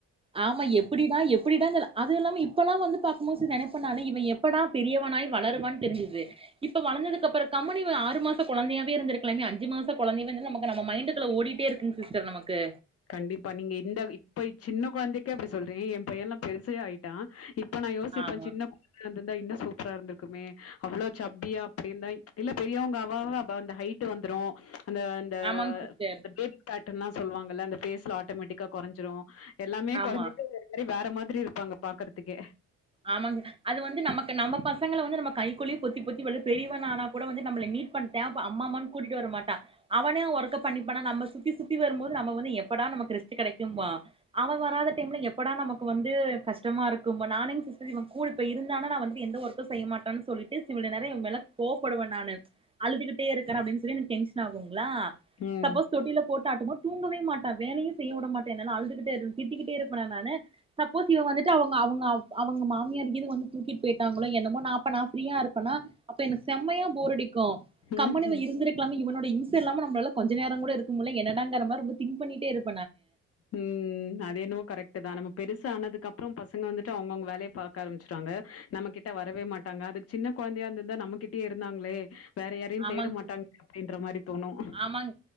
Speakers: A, on the right; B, on the left.
A: ஆமா எப்டிதா எப்டிதானு தெல அதுயில்லாம இப்பெல்லா வந்து பாக்கும்போது நெனப்பே நானு இவ எப்படா பெரியவனாய் வளருவா தெரிஞ்சுது இப்ப வளந்ததுக்கப்றோ கம்முனு இவ ஆறு மாசோ குழந்தையாவே இருந்திருக்கலாமேன் அன் அஞ்சு மாசோ கொழந்தைய வந்து நமக் நம்ம மைண்டுக்குள ஓடிட் டேயிருக்கூ சிஸ்டர் நமக்கு
B: கண்டிப்பா நீங்க இந்த இப்ப சின்ன குழந்தைக்கே அப்டி சொல்றீங்க என் பையன்லா பெருசே ஆயிட்டா இப் ப நா யோசிப்பே
A: ஆமா
B: சின்னக் <inaudible> ந்தா இன்னூ சூப்பராருந்திர்க்குமே அவ்ளோ சப்பியா அப்டிர்ந்தா இல்ல பெரியவங்க அவ வா அந்த ஹைட்டு வந்துரூ அந்த அந்த
A: ஆமாங் சிஸ்டர்
B: டேட் கட் டுல்லா சொல்வாங்கல்ல அந்த ஃபேஸ்லா ஆட்டோமேட்டிக்கா கொறைஞ்சிரூ யெல்லாமே
A: ஆமா
B: குறைஞ்ட்டு <inaudible> மாரி வேற மாதிரி யிருப்பாங்க பாக்கறதுக்கே
A: ஆமாங்க அது வந்து நமக்கு நம்ப பசங்களை வந்து நம்ம கைக்குள்ளயே பொத்திப் பொத்தி வள பெரியவனானா கூட வந்து நம்பள நீட் பண் தேவ அம்மா அம்மான்னு கூட்டிட்டு வர மாட்டா அவனே அவ ஒர்க பண்ணிப்பானா நம்ம சுத்தி சுத்தி வரும்போது நம்ம வந்து எப்படா நமக் ரெஸ்ட் கெடைக்கும்போ அவ வராத டைம்ல எப்படா நமக்கு வந்து கஷ்டமா இருக்குமோ நானெங் சிஸ் யிவன் கூல் யிப்ப ருந்தானா நா வந்துட்டு எந்த ஒர்த்தும் செய்ய மாட்ட சொல்லிட்டு யிவ்ளோ நேரோ என்மேல கோபப்படுவே நானு அழுதுகிட்டேருக்கிற அப்டின்னு சொல்லி எனக் டென்ஸ் <unintelligible> ங்களா
B: ம்.
A: சப்போஸ் தொட்டில போட்டாட்டும்போ தூங்கவே மாட்டா வேலயு செய்யவுட மாட்டானா அழுதுகிட்டே இரு திட்டிக்கிட்டே இருப்பேனா நானு சப்போஸ் இவ வந்துட்டு அவ்ங்க அவ்ங்க அப் அவங்க மாமியார் கீது வந்து தூக்கிட்டு போயிட்டாங்களோ யென்னமோ நா ப்ப நா ப்ரீயா யிருப்பனா அப்ப யெனக்கு செமயா போரடிக்கு கம்முனிவ
B: ம்ஹ்ம்.
A: யிருந்திருக்கலாம யிவனோட இம்ச யில்லாம நம்மளால கொஞ்ச நேர கூட இருக்க முடில என்னடாங் மாதிரி ரொம்ப திங்க் பண்ணிட்டே இருப்
B: ம் அது என்னமோ கரெக்ட் தா நம்ம பெருசு சா ஆனதுக்கு அப்பற பசங்க வந்துட்டு அவங்கவுங்க வேலை பாக்க ஆரம்பிச்சடாங்க நம்ம கிட்ட வரவே மாட்டாங்க அது சின்ன கொழந்தையா இருந்திருந்தா நம்மகிட்டயே இருந்தாங்களே வேற யாரையும்
A: ஆமாங்
B: தேட மாட்டாங்களே! அப்டின்ற மாரி தோணும்.
A: ஆமாங்